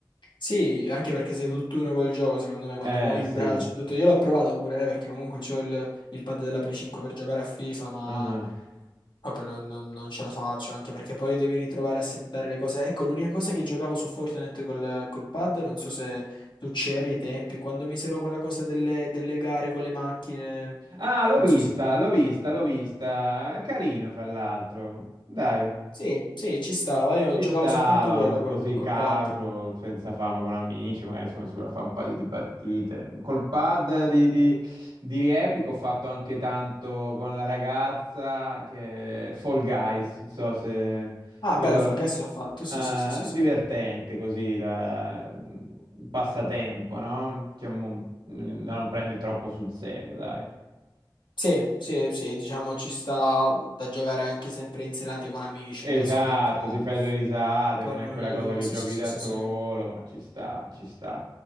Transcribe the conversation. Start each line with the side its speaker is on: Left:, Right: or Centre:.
Left: Sì, anche perché sei tutt'uno col gioco, secondo me, quando
Right: Eh,
Left: muovi
Right: sì.
Left: il braccio e tutto. Io l'ho provato pure, eh, perché comunque c'ho il, il pad della Play 5 per giocare a FIFA, ma
Right: uh-huh.
Left: proprio non, non- non ce la faccio, anche perché poi devi ritrovare a settare le cose. Ecco, l'unica cosa è che giocavo su Fortnite col, col pad, non so se tu c'eri ai tempi, quando misero quella cosa delle, delle gare con le macchine,
Right: Ah, l'ho
Left: non
Right: vista,
Left: so se...
Right: l'ho vista, l'ho vista. Carino, fra l'altro. Dai.
Left: Sì, sì, ci stava, io
Right: Ci
Left: giocavo
Right: stava
Left: soltanto quella col,
Right: così
Left: col
Right: casual,
Left: pad.
Right: senza fama, con amici, magari sono sicuro a fare un paio di partite. Col pad di, di, di Epic ho fatto anche tanto con la ragazza che Fall Guys, non so se
Left: Ah,
Right: quello
Left: bello, Fall Guys ho fatto, sì,
Right: eh,
Left: sì, sì, sì, sì.
Right: divertente così da un passatempo, no? Cioè, mo- mm, da non prendere troppo sul serio, dai.
Left: Sì, sì, sì, diciamo ci sta da giocare anche sempre in serate con amici,
Right: Esatto,
Left: da solo un po',
Right: ti fai due risate,
Left: un po'
Right: non
Left: noioso,
Right: è quella cosa che giochi
Left: sì, sì,
Right: da
Left: sì,
Right: solo,
Left: sì.
Right: ma ci sta, ci sta.